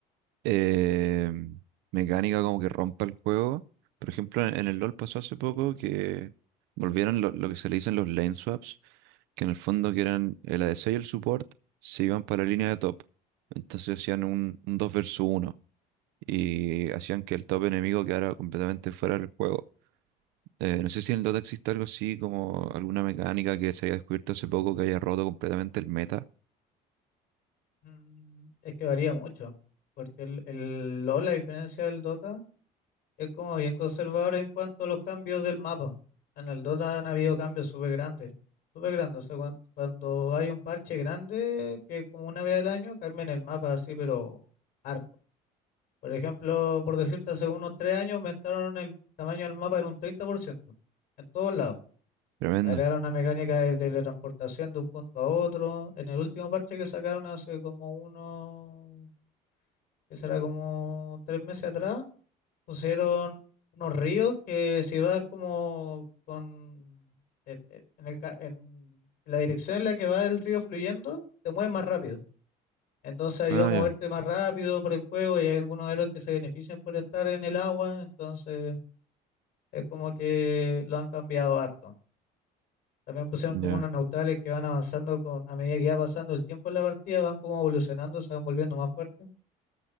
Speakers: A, on the right (about 80°); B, on the left (about 75°).
A: eh, mecánica como que rompa el juego. Por ejemplo, en en el LoL pasó hace poco que volvieron lo, lo que se le dicen los lane swaps, que en el fondo que eran el ADC y el support se iban para la línea de top. Entonces hacían un, un 2 versus uno y hacían que el top enemigo quedara completamente fuera del juego. Eh, no sé si en el Dota existe algo así como alguna mecánica que se haya descubierto hace poco que haya roto completamente el meta.
B: Mm, Es que varía mucho, porque el, el LoL, a diferencia del Dota, Es como bien conservador en cuanto a los cambios del mapa. En el Dota han habido cambios súper grandes, súper grandes. O sea, cuan- cuando, hay un parche grande, que es como una vez al año, cambian el mapa así, pero harto. Por ejemplo, por decirte, hace unos tres años aumentaron el tamaño del mapa en un 30% en todos lados.
A: Tremendo.
B: Agregaron una mecánica de teletransportación de un punto a otro. En el último parche que sacaron hace como uno, que será como tres meses atrás, pusieron unos ríos que se va como con en, en- en el ca- en la dirección en la que va el río fluyendo, te mueve más rápido. Entonces ayuda
A: Ah,
B: a moverte
A: ya,
B: más rápido por el juego y hay algunos héroes que se benefician por estar en el agua, entonces es como que lo han cambiado harto. También pusieron
A: ya,
B: como unos neutrales que van avanzando con, a medida que va pasando el tiempo en la partida, van como evolucionando, se van volviendo más fuertes.